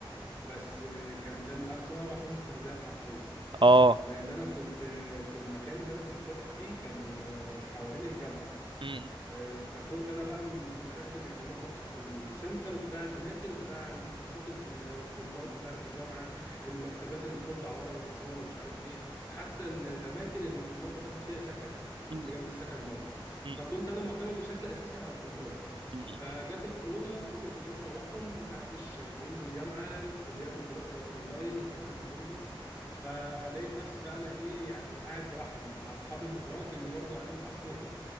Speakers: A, on the left (about 25°); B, on the right (about 65°).
A: بس آه، كان سنه سنة واربع شهور استنزاف حرفيا
B: اه
A: لان انا كنت آه، في المكان اللي انا كنت فاتح فيه كان آه، حوالين الجامعه
B: م-
A: آه، فكنت انا بقى متركز يعني انا كنت في السنتر بتاع الاماكن بتاع الكورسات الطلاب بتاعه الجامعه المكتبات اللي بتطبع ورق وبتصور ومش عارف ايه حتى ال- الاماكن اللي الطلاب بتاخد فيها سكن انا
B: م-
A: كنت جنب السكن دوت
B: م-
A: فكنت انا معتمد بشكل اساسي على الطلاب
B: م- م-
A: فجت الكورونا كل الطلاب روحوا محدش بينزل جامعه الكليات والدراسه بقت اونلاين الكلام ده كله فلقيت نفسي بقى انا ايه يعني قاعد لوحدي مع اصحابي الابراج اللي برضه قاعدين لوحدهم